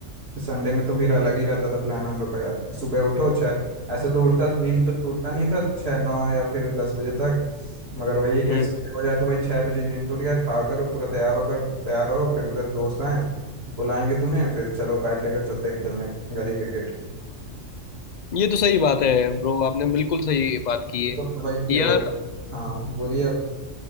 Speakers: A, on the right (about 55°); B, on the left (about 55°).
A: संडे में तो फिर अलग ही रहता था प्लान हम लोग का यार सुबह उठो छः ऐसे तो उठता नींद तो टूटता नहीं था छः नौ या फिर दस बजे तक मगर वही है कि
B: हम्म
A: संडे हो जाए तो भाई छः बजे नींद टूट गया खाकर पूरा तैयार होकर तैयार हो फिर उधर दोस्त आए बुलाएंगे तुम्हें फिर चलो बैट लेकर चलते हैं खेलने गली क्रिकेट
B: ये तो सही बात है ब्रो आपने बिल्कुल सही बात की
A: तो
B: है
A: भाई प्योर
B: यार
A: हाँ बोलिए आप